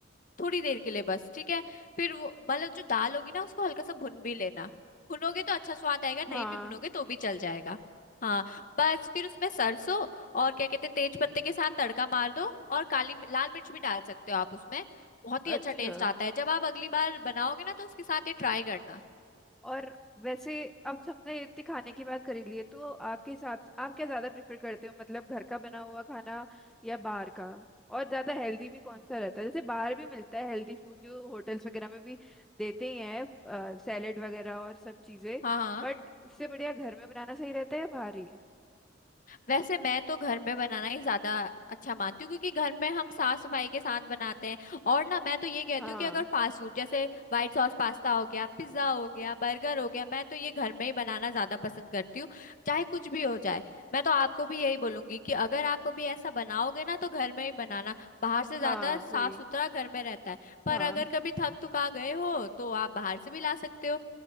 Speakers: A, on the left; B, in the centre.
A: थोड़ी देर के लिए बस ठीक है फिर वो मतलब जो दाल होगी ना उसको हल्का सा भुन भी लेना भुनोगे तो अच्छा स्वाद आएगा नहीं
B: हाँ
A: भी भुनोगे तो भी चल जाएगा हाँ बस फिर उसमें सरसों और क्या कहते हैं तेज पत्ते के साथ तड़का मार दो और काली लाल मिर्च भी डाल सकते हो आप उसमें बहुत
B: अच्छा
A: ही अच्छा टेस्ट आता है जब आप अगली बार बनाओगे ना तो उसके साथ ये ट्राई करना
B: और वैसे अब हमने इतनी खाने की बात करी ली है तो आपके हिसाब आप क्या ज्यादा प्रेफर करते हो मतलब घर का बना हुआ खाना या बाहर का और ज्यादा हेल्दी भी कौन सा रहता है जैसे बाहर भी मिलता है हेल्दी फूड जो होटल्स वगैरह में भी देते ही हैं सैलेड वगैरह और सब चीजें
A: हाँ हाँ
B: बट उससे बढ़िया घर में बनाना सही रहता है या बाहर ही
A: वैसे मैं तो घर में बनाना ही ज्यादा अच्छा मानती हूँ क्योंकि घर में हम साफ सफाई के साथ बनाते हैं और ना मैं तो ये कहती
B: हाँ
A: हूँ कि अगर फास्ट फूड जैसे व्हाइट सॉस पास्ता हो गया पिज्जा हो गया बर्गर हो गया मैं तो ये घर में ही बनाना ज्यादा पसंद करती हूँ चाहे कुछ भी हो जाए मैं तो आपको भी यही बोलूंगी कि अगर आप कभी ऐसा बनाओगे ना तो घर में ही बनाना बाहर से ज्यादा
B: हाँ
A: साफ
B: वही
A: सुथरा घर में रहता है पर
B: हाँ
A: अगर कभी थक थका गए हो तो आप बाहर से भी ला सकते हो